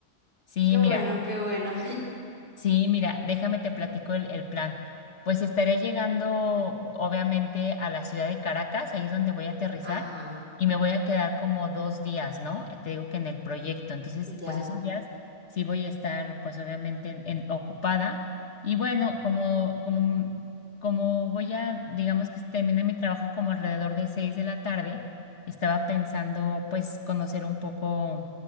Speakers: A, on the left (about 55°); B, on the right (about 45°).
A: Sí,
B: Qué bueno,
A: mira,
B: qué bueno.
A: Sí, mira, déjame te platico el, el plan. Pues estaré llegando, obviamente, a la ciudad de Caracas, ahí es donde voy a aterrizar,
B: <laughs> Ajá,
A: y me voy a quedar como dos días, ¿no? Eh, Te digo que en el proyecto. Entonces,
B: ya.
A: pues esos días sí voy a estar, pues obviamente, en, en- ocupada. Y bueno, como, como, m- como voy a, digamos que termina mi trabajo como alrededor de seis de la tarde, estaba pensando, pues, conocer un poco,